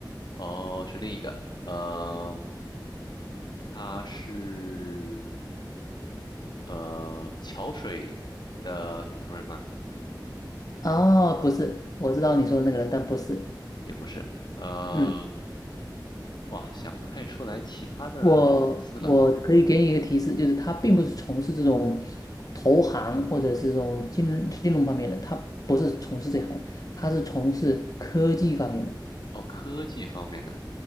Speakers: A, on the left; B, on the left.
A: 哦，是另一个，呃，他是呃桥水的领头人吗？
B: 哦，不是，我知道你说的那个人，但不是。
A: 也不是，呃，
B: 嗯。
A: 哇，想不太出来其他的公司了。
B: 我我可以给你一个提示，就是他并不是从事这种投行或者是这种金金融方面的，他不是从事这行，他是从事科技方面的，
A: 哦，科技方面的，